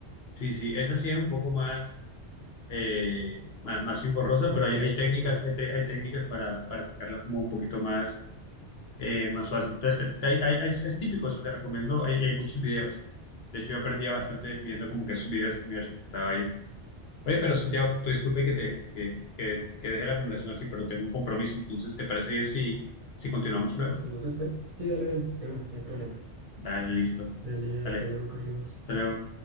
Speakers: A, on the left (about 65°); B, on the right (about 40°).
A: Sí, sí, esa sí es un poco más eh, ma- más, engorrosa,
B: más
A: pero hay,
B: denso,
A: hay técnicas,
B: sí.
A: hay, te- hay técnicas para, para sacarla como un poquito más, eh, más fácil. Entonces, hay- hay- es, es típico, eso te recomiendo, hay, hay muchos videos. De hecho, yo aprendía bastante viendo como que esos videos me resultaba bien. Oye, pero Santiago, tú disculpe que te que, que, que deje la conversación así, pero tengo un compromiso, entonces, ¿te parece bien si, si continuamos
B: ¿Sí
A: luego?
B: lo hacemos después? Sí, dale, dale, de una, no hay problema.
A: Dale, listo.
B: Dale,
A: Dale,
B: hasta luego, Carlos.
A: hasta luego.